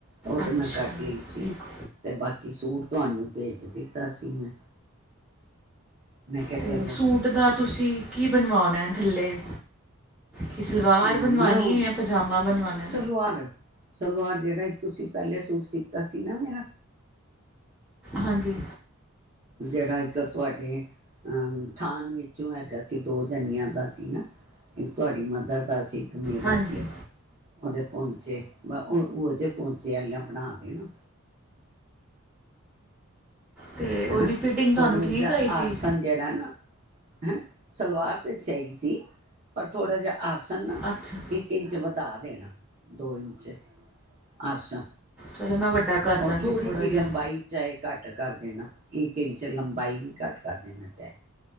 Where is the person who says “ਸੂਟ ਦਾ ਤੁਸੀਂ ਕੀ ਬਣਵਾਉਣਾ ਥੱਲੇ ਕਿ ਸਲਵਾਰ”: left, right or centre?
Centre